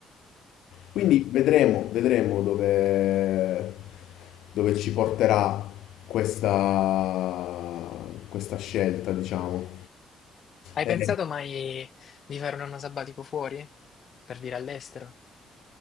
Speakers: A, on the left (about 80°); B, on the left (about 50°).
A: Quindi
B: Mm.
A: vedremo, vedremo dove, dove ci porterà questa, questa scelta, diciamo.
B: Hai
A: Eh,
B: pensato mai di fare un anno sabbatico fuori? Per dire all'estero?